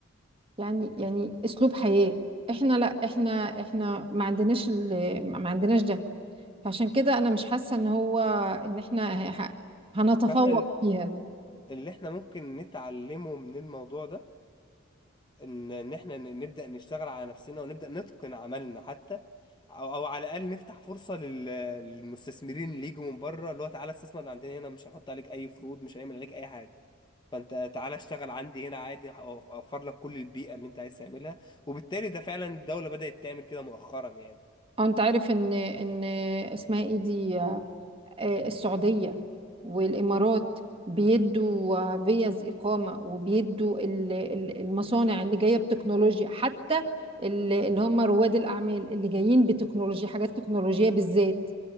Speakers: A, on the right (about 25°); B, on the left (about 20°).
A: يعني يعني اسلوب حياة احنا لا احنا احنا ما عندناش ال- ما عندناش ده فعشان كده انا مش حاسه ان هو ان احنا ه- ه- هنتفوق
B: فاحنا ال-
A: فيها
B: اللي احنا ممكن نتعلمه من الموضوع ده ان ان احنا ن- نبدا نشتغل على نفسنا ونبدا نتقن عملنا حتى او او على الاقل نفتح فرصه لل- للمستثمرين اللي يجوا من بره اللي هو تعالى استثمر من عندنا هنا مش هنحط عليك اي فروض مش هنعمل عليك اي حاجه فانت تعالى اشتغل عندي هنا عادي هأو- اوفر لك كل البيئه اللي انت عايز تعملها وبالتالي ده فعلا الدوله بدات تعمل كده مؤخرا يعني
A: او انت عارف ان ان اسمها ايه دي آه، السعوديه والامارات بيدوا آه، فيز اقامه وبيدوا ال- ال- المصانع اللي جايه بتكنولوجيا حتى ال- اللي هم رواد الاعمال اللي جايين بتكنولوجيا حاجات تكنولوجيه بالذات